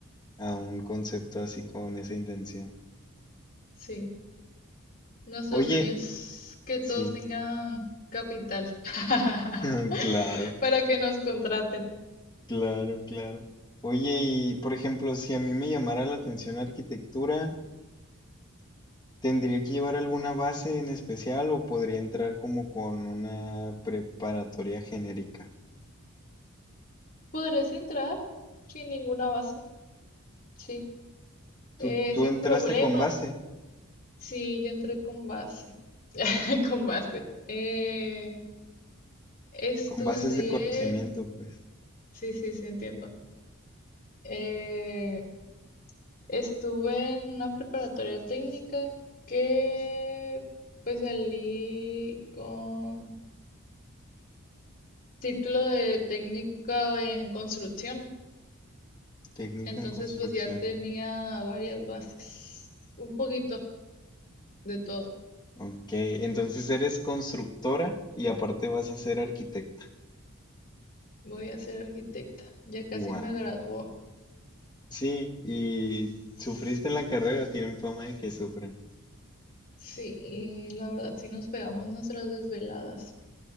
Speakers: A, on the left (about 20°); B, on the left (about 45°).
A: a un concepto así con esa intención.
B: sí. Nuestro
A: Oye,
B: sueño es que
A: sí,
B: todos tengan capital <laughs>
A: <laughs> claro,
B: para que nos contrate.
A: claro, claro. Oye, y por ejemplo, si a mí me llamara la atención arquitectura, ¿tendría que llevar alguna base en especial o podría entrar como con una preparatoria genérica?
B: Podrías entrar sin ninguna base, sí. Eh,
A: Tú, tú
B: sin
A: entraste
B: problema.
A: con base,
B: Sí, yo entré con base. <laughs> Con base. Eh, estudié...
A: con bases de conocimiento, pues,
B: Sí, sí, sí, entiendo. Eh, Estuve en una preparatoria técnica que pues salí con título de técnica en construcción.
A: técnica
B: Entonces
A: en construcción.
B: pues ya tenía varias bases, un poquito de todo.
A: Ok, entonces eres constructora y aparte vas a ser arquitecta.
B: Voy a ser arquitecta, ya casi
A: Wow.
B: me graduó.
A: Sí, y sufriste
B: Sí,
A: en la carrera, tienen fama de que sufren,
B: sí, y la verdad sí nos pegamos nuestras desveladas.